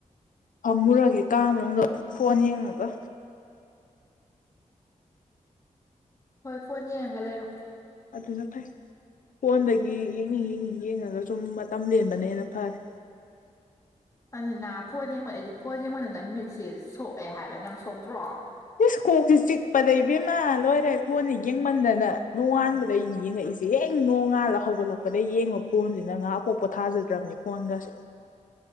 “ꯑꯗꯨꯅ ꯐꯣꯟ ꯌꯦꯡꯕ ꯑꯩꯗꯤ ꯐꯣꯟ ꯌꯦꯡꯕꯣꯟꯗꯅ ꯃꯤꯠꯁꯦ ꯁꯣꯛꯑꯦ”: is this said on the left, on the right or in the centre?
Left